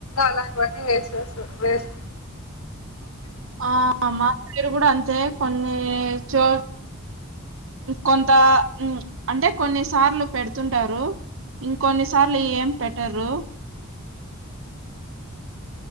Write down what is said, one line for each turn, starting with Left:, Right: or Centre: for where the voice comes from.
Left: అలాంటివన్నీ వేసే వేసు
Right: ఆ మా సైడు కూడా అ తే కొన్ని చో కొంత అంటే కొన్ని సార్లు పెడుతుంటారు ఇంకొన్ని సార్లు ఏం పెట్టరు